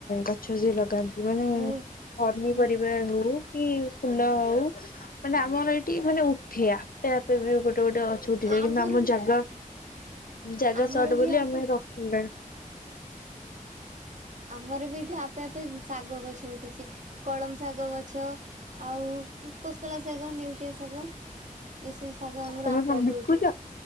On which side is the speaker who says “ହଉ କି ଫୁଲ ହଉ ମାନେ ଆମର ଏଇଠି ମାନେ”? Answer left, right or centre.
Left